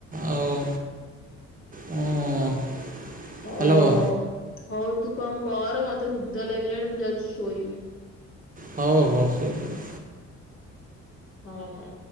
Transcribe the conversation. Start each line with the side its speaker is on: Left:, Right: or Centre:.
Right: ଆଉ ମୁଁ
Left: ହଉ
Right: ହ୍ୟାଲୋ
Left: ହଉ ହଉ ତୁ କଣ କର ମତେ ନିଦ ଲାଗିଲାଣି ମୁଁ ଯାଉଛି ଶୋଇବି।
Right: ହଉ ହଉ ଶୋଇ
Left: ହଁ ହଉ।